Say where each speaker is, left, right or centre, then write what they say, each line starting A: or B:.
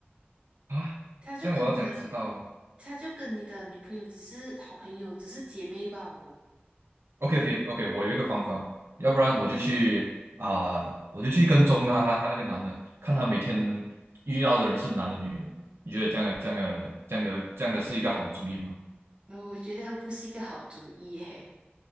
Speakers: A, on the right; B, on the right.
A: 啊，
B: 他就跟你的，
A: 这样我要怎样知道
B: 他就跟你的女朋友只是好朋友，只是姐妹吧哦。
A: ？OK OK OK，我有一个方法，要不然我就去啊，我就去跟踪他他那个男的，看他每天遇到的人是男的女的，你觉得这样的这样的这样的这样的是一个好主意吗？
B: 呃我觉得不是一个好主意耶。